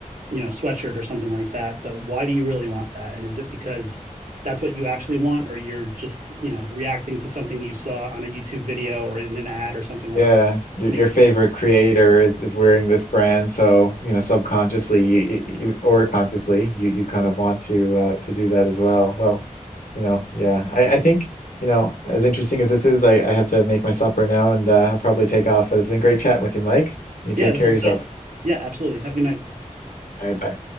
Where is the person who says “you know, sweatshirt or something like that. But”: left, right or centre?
Right